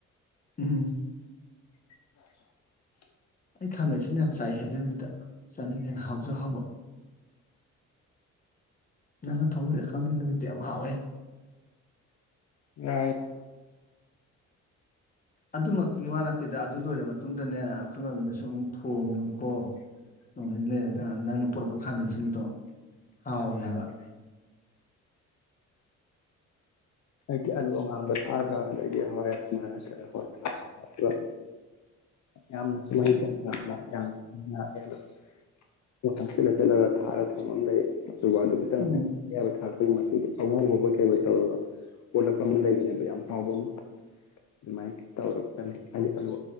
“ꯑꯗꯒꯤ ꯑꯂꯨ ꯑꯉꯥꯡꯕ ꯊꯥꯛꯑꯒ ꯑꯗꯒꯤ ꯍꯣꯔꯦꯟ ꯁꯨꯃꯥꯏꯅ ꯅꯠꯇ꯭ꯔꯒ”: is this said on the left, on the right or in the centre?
Left